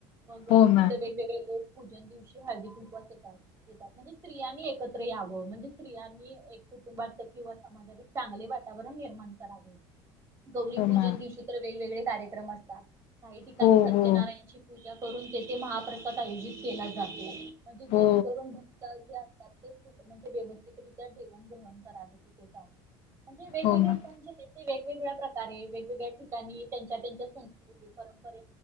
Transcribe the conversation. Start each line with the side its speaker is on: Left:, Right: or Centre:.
Right: मग
Left: हो
Right: तिथं
Left: मॅम
Right: वेगवेगळे लोक. पूजन दिवशी हाळदी कुंकवास येतात. येतात म्हणजे स्त्रियां एकत्र यावं म्हणजे स्त्रियांनी एक कुटुंबात किंवा समाजात एक चांगले वाट. वातावरण निर्माण करावे गौरीपूजन
Left: हो मा
Right: दिवशी तर वेगवेगळे कार्यक्रम असतात. काही ठिकाणी
Left: हो
Right: सत्यनारायणची
Left: हो
Right: पूजा. करून तेथे महाप्रद आयोजित केला जातो म्हणजे जेणेकरून
Left: हो
Right: भक्त जे असतात ते. म्हणजे व्यवस्थितरित्या जेवण ग्रहण करावे तिथे जाऊन म्हणजे वेगवेगळे
Left: हो मा
Right: सण जे ते वेगवेगळ्या प्रकारे वेगवेगळ्या ठिकाणी त्यांच्या त्यांच्या संस्कृती परंपरे.